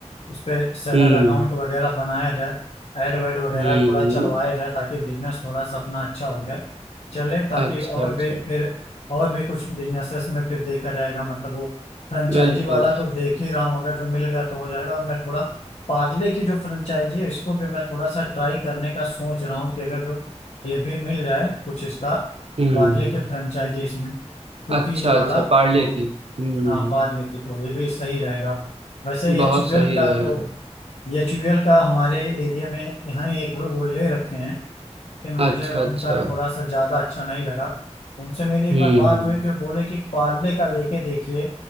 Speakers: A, on the left; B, on the right.
A: उस पर सेलर
B: हम्म
A: अकाउंट वगैरह बनाया जाए ऐड वैड वगैरह
B: हम्म
A: थोड़ा चलवाया जाए ताकि बिजनेस थोड़ा सा अपना अच्छा हो जाए चले ताकि
B: अच्छा
A: और
B: अच्छा
A: भी फिर और भी कुछ बिजनेसेस में फिर देखा जाएगा मतलब वो फ्रेंचाइजी
B: बिल्कुल
A: वाला तो देख ही रहा हूँ अगर जो मिल गया तो हो जाएगा और मैं थोड़ा पार्ले की जो फ्रेंचाइजी है इसको भी मैं थोड़ा सा ट्राई करने का सोच रहा हूँ कि अगर जो ये भी मिल जाए कुछ इसका
B: हम्म
A: पार्ले की फ्रेंचाइजी इसमें कुकीज
B: अच्छा
A: वाला
B: अच्छा पार्ले
A: तो
B: की हम्म
A: हाँ पार्ले की तो ये भी सही रहेगा वैसे ही एचयूएल
B: बहुत सही
A: का
B: रहेगा
A: तो एचयूएल का हमारे एरिया में यहाँ एक लोग वो ले रखे हैं लेकिन मुझे
B: अच्छा
A: उनका
B: अच्छा
A: थोड़ा सा ज़्यादा अच्छा नहीं लगा उनसे मेरी एक
B: हम्म
A: बार बात हुई तो बोले कि पार्ले का लेके देखिए